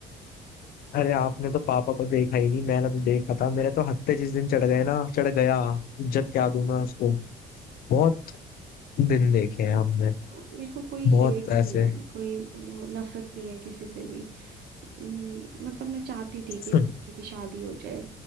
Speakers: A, on the left (about 60°); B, on the right (about 65°).
A: अरे आपने तो पापा को देखा ही नहीं मैंने तो देखा था मेरे तो हत्ते जिस दिन चढ़ गए ना चढ़ गया इज्जत क्या दूं मैं उसको बहुत दिन देखे हैं हमने
B: मेरे को मेरे को कोई
A: बहुत
B: हेट नहीं
A: ऐसे
B: है कोई वो नफरत नहीं है किसी से भी हम्म, मतलब मैं चाहती थी कि
A: <laughs>
B: मम्मी की शादी हो जाए